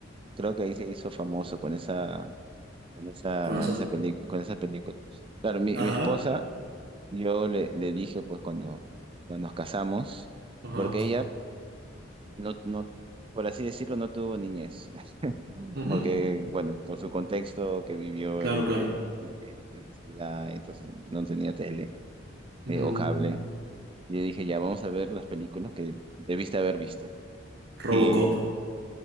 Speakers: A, on the right; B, on the right.
A: creo que ahí se hizo famoso con esa, con esa,
B: Con esa-
A: esa película, con esa película. Claro, mi,
B: Ajá.
A: mi esposa, yo le, le dije, pues cuando, cuando nos casamos,
B: Ajá.
A: porque ella no, no, por así decirlo, no tuvo niñez, <laughs>
B: Ujú.
A: porque, bueno, por su contexto que vivió
B: Claro,
A: en,
B: claro.
A: en- en la ciudad, entonces no tenía tele
B: Mm.
A: eh, o cable. Y yo dije, ya, vamos a ver las películas que debiste haber visto.
B: Robocop.
A: Y,